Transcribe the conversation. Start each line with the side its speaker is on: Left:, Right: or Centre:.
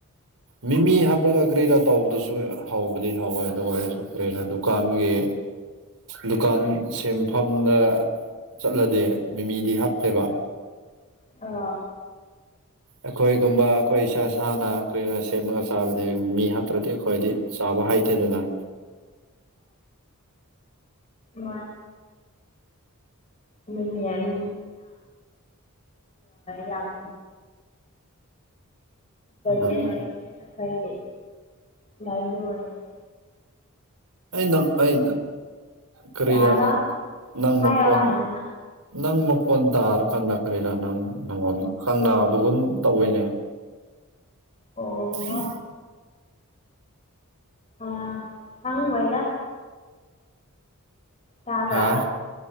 Right: ꯃꯤꯃꯤ ꯍꯥꯞꯄꯒ ꯀꯔꯤꯔꯥ ꯇꯧꯕꯗꯨꯁꯨ ꯍꯧꯕꯗꯤ ꯍꯧꯋꯦ ꯑꯗꯨ ꯑꯣꯏꯔꯁꯨ ꯀꯔꯤꯔꯥ ꯗꯨꯀꯥꯟꯒꯤ ꯗꯨꯀꯥꯟ ꯁꯦꯝꯦꯟꯐꯝꯗ ꯆꯠꯂꯗꯤꯦ ꯃꯤꯃꯤꯗꯤ ꯍꯥꯞꯇꯦꯕ
Left: ꯑꯥ
Right: ꯑꯩꯈꯣꯏꯒꯨꯝꯕ ꯑꯩꯈꯣꯏ ꯏꯁꯥ ꯏꯁꯅ ꯀꯔꯤꯅ ꯁꯦꯝꯂꯒ ꯆꯥꯕꯗꯤ ꯃꯤ ꯍꯥꯞꯄ꯭ꯔꯗꯤ ꯑꯩꯈꯣꯏꯗꯤ ꯆꯥꯕ ꯍꯥꯏ ꯀꯦꯗꯗ
Left: ꯃꯥ ꯅꯨꯅꯤꯅꯤꯅ ꯌꯥꯝ
Right: ꯎꯝ
Left: ꯖꯟ ꯑꯣꯏꯅꯦ ꯐꯥꯏ ꯀ ꯂ ꯑꯣꯏ
Right: ꯑꯩ ꯅꯪ ꯑꯩ ꯀꯔꯤꯔꯥꯅ
Left: ꯀꯩ ꯍꯥꯏꯕ
Right: ꯅꯪ
Left: ꯍꯥꯏꯌꯣ
Right: ꯃꯈꯣꯟ
Left: ꯍꯥꯟꯅ ꯅꯪ
Right: ꯅꯪ ꯃꯈꯣꯟ ꯇꯥꯔꯀꯥꯟꯗ ꯀꯔꯤꯔꯥ ꯅꯪ ꯅꯪꯉꯣꯟꯗ ꯈꯪꯅꯕꯒꯨꯝ ꯇꯧꯋꯤꯅꯦ
Left: ꯑꯣ
Right: ꯎꯝ
Left: ꯑ ꯍꯪ ꯑꯣꯏꯣꯏꯗ ꯌꯥꯕ꯭ꯔ
Right: ꯍꯥ